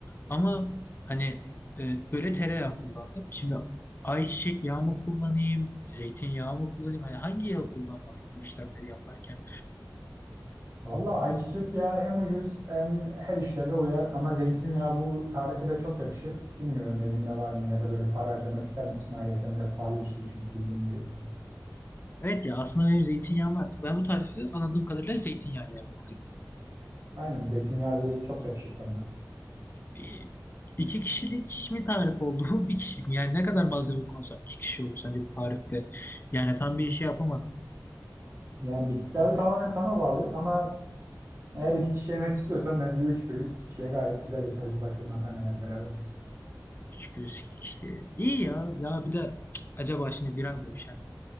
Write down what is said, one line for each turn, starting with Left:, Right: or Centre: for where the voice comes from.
Left: Ama hani e, böyle tereyağı kullandım. Şimdi ayçiçek yağı mı kullanayım? Zeytinyağı mı kullanayım? Hani hangi yağı kullanmalıyım bu işlemleri yaparken?
Right: Valla ayçiçek yağı hem ucuz hem her işleve uyar ama zeytinyağı bu tarife de çok yakışır. Bilmiyorum evinde var mı ya da böyle para harcamak ister misin? Ayrıca biraz pahalı bir şey çünkü bildiğin gibi.
Left: Evet ya aslında benim zeytinyağım var. Ben bu tarifi anladığım kadarıyla zeytinyağıyla yapmalıyım.
Right: Aynen zeytinyağı böyle çok yakışır tadına.
Left: E, İki kişilik mi tarif oldu <laughs> bu? Bir kişilik mi? Yani ne kadar malzeme konsam iki kişi olur sence bu tarifte? Yani tam bir şey yapamadım.
Right: Yani miktarı tamamen sana bağlı ama eğer iki kişi yemek istiyorsan bence üç göğüs iki kişiye gayet güzel yeter bir paket makarnayla beraber.
Left: çünkü kişi. iki kişi. ya. Ya bir de acaba şimdi biraz da üşendim.